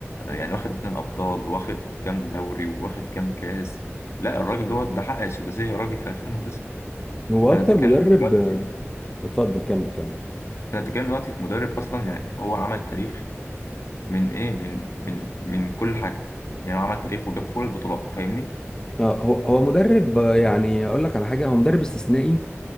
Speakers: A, on the left; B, on the left.
A: يعني واخد اتنين ابطال واخد كام دوري واخد كام كاس لا الراجل دوت ده حقق السداسيه الراجل في 2009
B: هو
A: فانا
B: اكتر
A: بتكلم
B: مدرب
A: دلوقتي
B: آه، اتفضل كمل كمل
A: انا بتكلم دلوقتي في مدرب اصلا يعني هو عمل تاريخ من ايه من من من كل حاجه يعني هو عمل تاريخ وجاب كل البطولات فاهمني
B: اه هو هو مدرب آه، يعني اقول لك على حاجه هو مدرب استثنائي